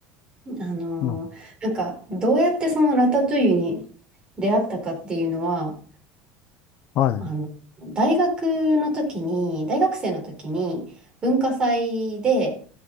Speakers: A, on the right; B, on the left.
A: あのーなんか、
B: の
A: どうやってそのラタトゥイユに出会ったかっていうのは、
B: はい、
A: あの、大学の時に、大学生の時に、文化祭で、